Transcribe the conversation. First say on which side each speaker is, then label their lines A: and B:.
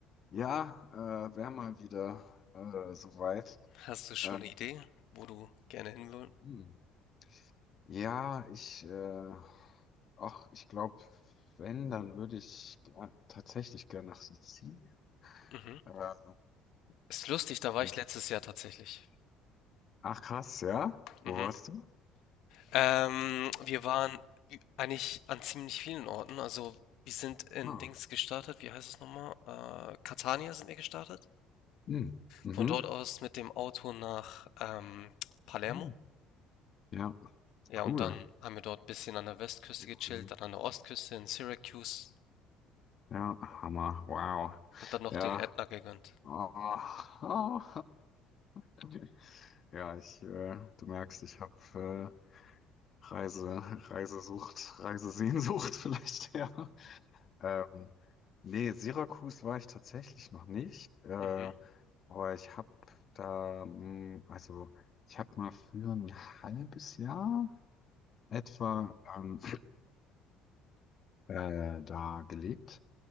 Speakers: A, on the left; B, on the left.
A: ja, äh, wär mal wieder äh, soweit.
B: Hast du schon
A: Ähm,
B: eine Idee, wo du gerne hin willst?
A: hm. Ja, ich, äh, ach, ich glaube, wenn, dann würde ich ger- tatsächlich gerne nach Sizilien.
B: Mhm.
A: Äh,
B: Ist lustig, da war
A: hm.
B: ich letztes Jahr tatsächlich.
A: ach krass, ja? Wo
B: Mhm.
A: warst du?
B: Ähm, wir waren eigentlich an ziemlich vielen Orten. Also wir sind in
A: Ah.
B: Dings gestartet. Wie heißt es nochmal? Äh, Catania sind wir gestartet.
A: Hm. Mhm.
B: Von dort aus mit dem Auto nach ähm, Palermo.
A: Hm. Ja,
B: Ja, und
A: cool.
B: dann haben wir dort ein bisschen an der Westküste
A: Sehr
B: gechillt,
A: cool.
B: dann an der Ostküste in Syracuse
A: Ja, Hammer. Wow.
B: und dann noch
A: Ja.
B: den Ätna gegönnt.
A: Oh. Oh. <laughs> Ja, ich, äh, du merkst, ich habe äh, Reise, Reisesucht, Reisesehnsucht <laughs> vielleicht, ja. Ähm, nee, Syrakus war ich tatsächlich noch nicht, äh,
B: Mhm.
A: aber ich habe da, mh, also ich habe mal für ein halbes Jahr etwa ähm, <clears throat> äh, da gelebt